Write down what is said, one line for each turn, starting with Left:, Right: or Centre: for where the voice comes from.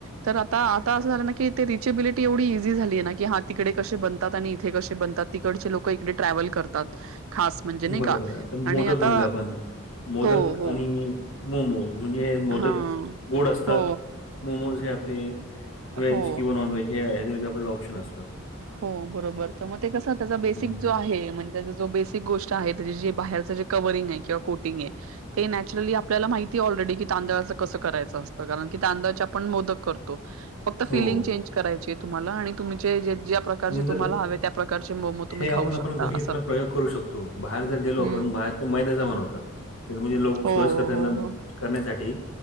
Right: तर आता आता असं झालं ना की ते रिचेबिलिटी एवढी इझी झाली आहे ना की, हा तिकडे कसे बनतात? आणि इथे कसे बनतात? तिकडचे लोक इकडे ट्रॅव्हल करतात खास म्हणजे नाही
Left: बरोबर
Right: का
Left: आहे, तर
Right: आणि
Left: मोदक
Right: आता
Left: म्हणलं आपण मोदक
Right: हो हो
Left: आणि मोमोज म्हणजे हे मोदक
Right: हा
Left: गोड असतात.
Right: हो
Left: मोमोज हे आपले व्हेज
Right: हो
Left: किंवा नॉनव्हेज हे आहे यांच्यामध्ये आपल्याला ऑप्शन असतात.
Right: हो बरोबर तर मग ते कस, त्याचा बेसिक
Left: हं,
Right: जो आहे म्हणजे त्या जो बेस एक गोष्ट आहे जे बाहेरच जे कवरिंग ये किंवा कोटिंग ये ते नॅचरली आपल्याला माहिती ऑलरेडी की तांदळाच कसं करायचं असतं, कारण की तांदळाचे आपण मोदक करतो. फक्त
Left: हो.
Right: फिलिंग चेंज करायची आहे तुम्हाला आणि तुमचे जे ज्या प्रकारचे
Left: निदान
Right: तुम्हाला हवे त्या प्रकारचे मोमो
Left: हे
Right: तुम्ही
Left: आपण
Right: खाऊ
Left: आपण
Right: शकता
Left: घरी
Right: असं
Left: आपला प्रयोग करू शकतो बाहेर जर गेलो
Right: हम्म
Left: आपण बाहेर मैद्याचा बनवतात म्हणजे लोक
Right: हो
Left: सोयस्कर त्यांना
Right: हो हो
Left: करण्यासाठी